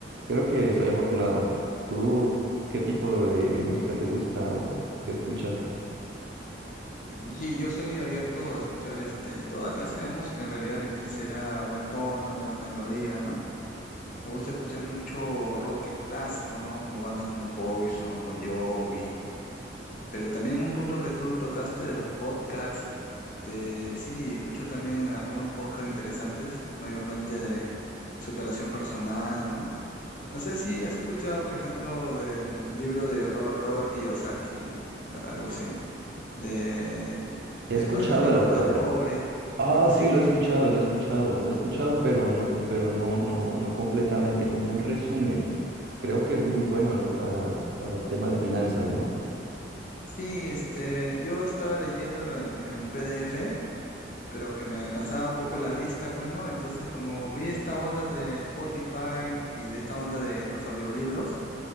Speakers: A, on the right; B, on the left.
A: creo que soy afortunado. ¿Tú qué tipo de música te gusta o qué escuchas?
B: Sí, yo soy abierto a escuchar este, toda clase de música en realidad, mientras sea buen tono, buena melodía, ¿no? Me gusta escuchar mucho rock clásico, ¿no? Como bandas como Poison, Bon Jovi, pero también un punto que tú tocaste de los podcasts, de sí, escucho también algunos podcasts interesantes, mayormente de superación personal, ¿no? No sé si has escuchado, por ejemplo, del libro de Ro- Robert Kiyosaki, algo así, de
A: He
B: eh,
A: escuchado
B: Padre Rico,
A: al autor.
B: Padre Pobre,
A: Ah,
B: algo así,
A: sí, lo
B: ¿no?
A: he escuchado,
B: <laughs>
A: lo he escuchado, lo he escuchado, pero no, pero no, no, no completamente, como un resumen. Creo que es muy bueno, ¿no? Para, para el tema de finanzas, ¿no?
B: Sí, este, yo estaba leyéndolo en en PDF. pero que me cansaba un poco la vista, pues no. Entonces, como vi esta onda de Spotify y de esta onda de los audiolibros,